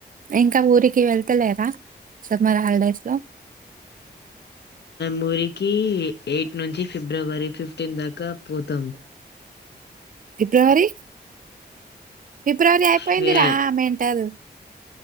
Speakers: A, on the right; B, on the left.
A: ఇంకా ఊరికి వెళ్తలేరా? సమ్మర్ హాలిడేస్ లో
B: మురికి ఎయిట్ నుంచి ఫిబ్రవరి ఫిఫ్టీన్ దాకా పోతాం
A: ఫిబ్రవరి ఫిబ్రవరి అయిపోయింది
B: ఫే
A: రా మెంటల్